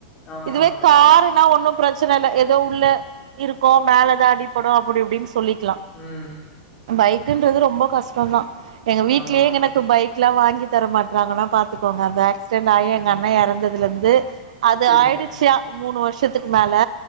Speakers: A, on the left (about 20°); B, on the right (about 65°).
A: ஆமாங்க,
B: இதுவே
A: ஆமாங்க.
B: காருனா ஒண்ணும் பிரச்சன இல்ல ஏதோ உள்ள இருக்கோ மேலதான் அடிப்படும் அப்படி இப்படின்னு சொல்லிக்கலா
A: ம்.
B: பைக்குன்றது ரொம்ப கஷ்ட தான் எங்க வீட்
A: ஆமாங்க.
B: <unintelligible> எனக்கு பைக் <unintelligible> வாங்கி தர மாட்ராங்கன்னா பாத்துக்கோங்க அந்த ஆக்ஸ் சிடென்ட் ஆயி
A: ம்.
B: எங்க அண்ணா எறந்தது அதுல இருந்து அது
A: சரிங்க,
B: ஆயிடுச்ச மூணு வருஷம் க்கு மேல